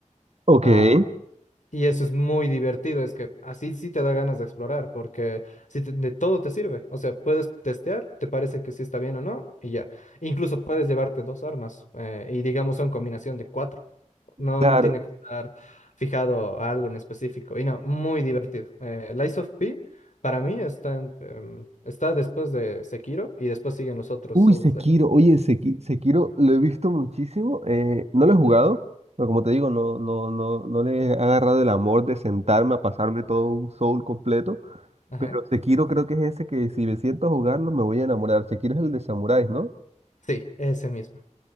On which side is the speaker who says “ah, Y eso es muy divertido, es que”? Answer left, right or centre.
Left